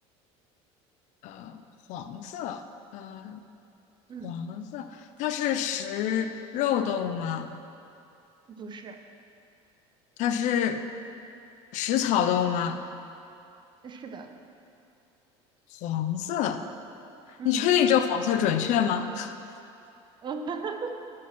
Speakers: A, on the left (about 60°); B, on the right (about 35°).
A: 呃，黄色，嗯、
B: 嗯，
A: 黄色，它是食肉动物吗？
B: 不是，
A: 它是食草动物吗？
B: 是的。
A: 黄色，
B: 嗯，
A: 你确定这个黄色准确吗？
B: 是黄色。<laughs>